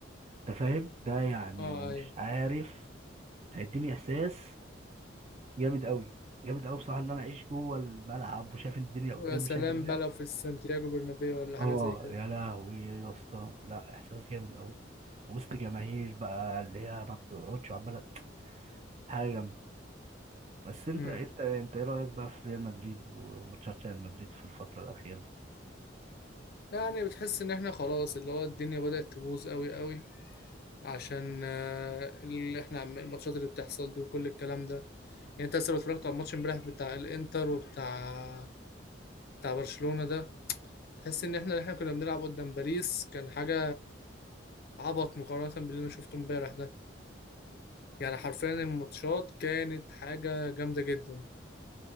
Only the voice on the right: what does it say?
انت فاهم ده يعني
انا مش
عارف هيديني احساس جامد قوي جامد قوي بصراحه ان انا اعيش جوه الملعب وشايف الدنيا قدامي
شايف اللعب
اه
يا لهوي يا اسطى لا احساس جامد قوي وسط جماهير بقى اللي هي ما بتقعدش عماله حاجه جامده بس انت
انت انت ايه رايك بقى في ريال مدريد وماتشات ريال مدريد في الفتره الاخيره